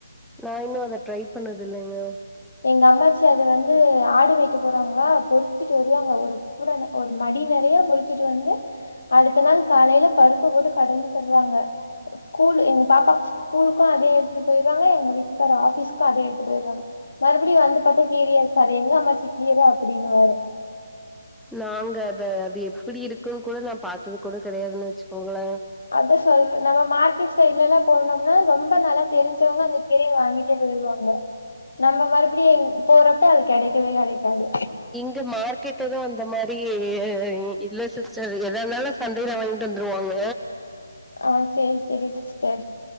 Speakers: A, in the centre; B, on the left.
A: நா இன்னு அத ட்ரை பண்ணதில்லிங்க
B: எங்க அம்மாச்சி அது வந்து ஆடு மேய்க்க போவாங்களா பொறுச்சுட்டு வருவாங்க ஒரு ஒரு மடி நெறையா பொறிச்சிட்டு வந்து அடுத்த நாள் காலையில பருப்பு போட்டு கடஞ்சி தருவாங்க ஸ்கூல் எங்க பாப்பா ஸ்கூலுக்கு அதே எடுத்துட்டு போய்ருவாங்க எங்க வீட்டுக்கார் ஆபிஸ்க்கு அதே எடுத்து போய்ருவாங்க மறுபடியு வந்து பாத்தா கீரயா இருக்கு எங்க அம்மாச்சி கீர அப்டின்னுவாரு
A: நாங்க அத அது எப்டி இருக்குன்னு கூட நா பாத்தது கூட கெடையாதுன்னு வெச்சுக்கோங்களே
B: அதா சொல்ற நம்ம மார்க்கெட் சைட்ல எல்லா போனோம்னா ரொம்ப நல்லா தெரிஞ்வங்க கீரையு வாங்கிட்டே போய்ருவாங்க நம்ம மறுபடியு போறப்ப கெடைக்கவே கெடைக்காது
A: இங்க மார்க்கெட் எது அந்த மாரி இல்ல சிஸ்டர் எதான்னாலு சந்தைல வாங்கிட்டு வந்துருவாங்க
B: ஆ சேரி சேரி சிஸ்டர்